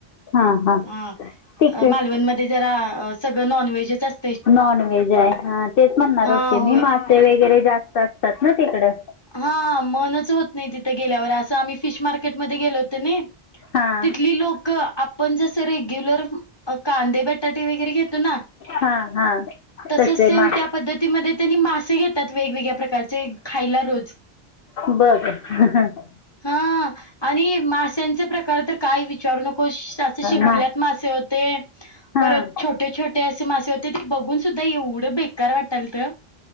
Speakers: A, on the left (about 60°); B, on the left (about 25°).
A: हा हा
B: आ.
A: तिकड
B: मालवणमध्ये जरा, अ सगळं नॉनव्हेजच अस
A: नॉनव्हेजय. ह तेच म्हणणार
B: हा
A: होते
B: होय.
A: मी. मासे वगैरे जास्त असतात ना, तिकडं.
B: हा, मनच होत नाही, तिथे गेल्यावर. असं आम्ही फिश मार्केटमध्ये गेलो होतो ना.
A: हां
B: तिथली लो कं आपण जसं, रेग्युलर कांदे- बटाटे वगैरे घेतो ना
A: हां हां
B: तसच
A: तसे
B: सेम
A: मा
B: त्या पद्धतीमध्ये त्यांनी मासे घेतात, वेगवेगळ्या प्रकारचे. खायला रोज.
A: बघ. <unintelligible>
B: हा आणि माश्यांचे प्रकार तर, काय विचारू नक हुश्!. असे शिंपल्यात
A: मा
B: मासे होते
A: हां
B: परत छोटे- छोटे असे मासे होते. ते बघून सुद्धा एवढं बेकार वाटालतं.